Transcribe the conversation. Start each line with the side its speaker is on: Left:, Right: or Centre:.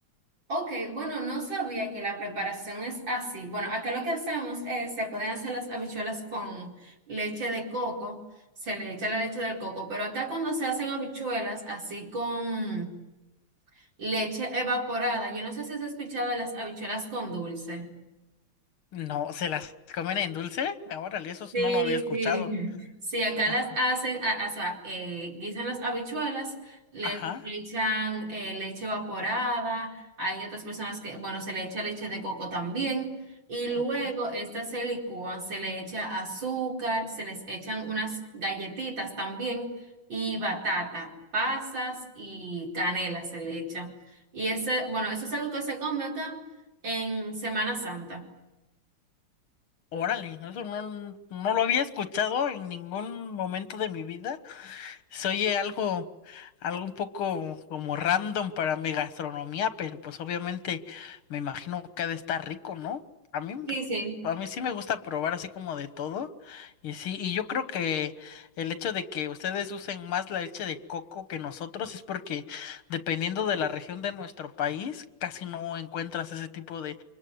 Right: Ok, bueno, no sabía que la preparación es así. Bueno, acá lo que hacemos es, se pueden hacer las habichuelas con leche de coco, se le echa la leche del coco, pero acá cuando se hacen habichuelas así con leche evaporada, yo no sé si has escuchado de las habichuelas con dulce.
Left: No, ¿se las comen en dulce? Órale, eso
Right: Sí,
Left: no lo había escuchado.
Right: sí, <laughs> sí, acá
Left: Ajá,
Right: las hacen, a- o sea, eh, guisan las habichuelas, les
Left: ajá,
Right: echan eh, leche evaporada, hay otras personas que, bueno, se le echa leche de coco también, y luego
Left: ok.
Right: estas se licúan, se le echa azúcar, se les echan unas galletitas también, y batata, pasas y canela se le echa. Y ese, bueno, eso es algo que se come acá en Semana Santa.
Left: Órale, eso no, no lo había escuchado en ningún momento de mi vida. Se oye algo, algo un poco como random para mi gastronomía, pero pues obviamente me imagino que ha de estar rico, ¿no? A mí, me-
Right: Sí, sí.
Left: a mí sí me gusta probar así como de todo. Y sí, y yo creo que el hecho de que ustedes usen más la leche de coco que nosotros es porque dependiendo de la región de nuestro país, casi no encuentras ese tipo de,